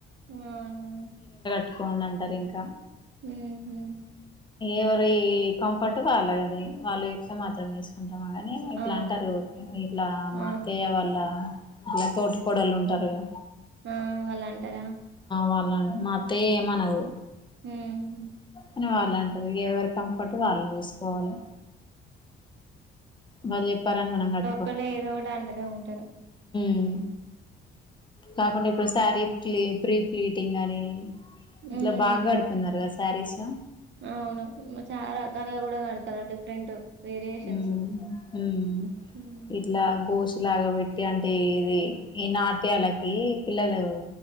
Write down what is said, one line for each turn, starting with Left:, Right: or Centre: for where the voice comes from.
Right: అవును
Left: పట్టుకోండి అంటారు ఇంకా
Right: ఉహుం
Left: ఎవరి కంఫర్ట్ వాళ్ళది వాళ్ళు చెప్తే మాత్రం వేసుకుంటాము గాని ఇట్లా
Right: ఆ!
Left: అంటారు. ఇట్లా
Right: ఆ!
Left: మాత్తయ్య వాళ్ళ ఇట్లా తోటి కోడలు ఉంటారు కదా
Right: ఆ వాళ్ళు అంటారా?
Left: వాళ్ళంట మా అత్తయ్య ఏమనదు.
Right: ఉహుం
Left: అని వాళ్ళు అంటాది ఎవరి కంఫర్ట్ వాళ్ళని చూసుకోవాలే. వాళ్ళు జెప్పారని మనం గట్
Right: వాళ్ళు ఏదో ఒకటి అంటనే ఉంటారు.
Left: ఉమ్ కాకుండా ఇప్పుడు శారీ ప్లీ ప్రీ ప్లీటింగ్ అని
Right: హ్మ్.
Left: ఇట్లా బాగా కడుతున్నారు కదా శారీస్
Right: అవును చాలా రకాలు కూడా కడతలు డిఫరెంట్ వేరియేషన్స్.
Left: ఉమ్ ఉమ్
Right: హ్మ్.
Left: ఇట్లా గోష్ లాగా పెట్టి అంటే ఇది ఈ నాట్యాలకి పిల్లలు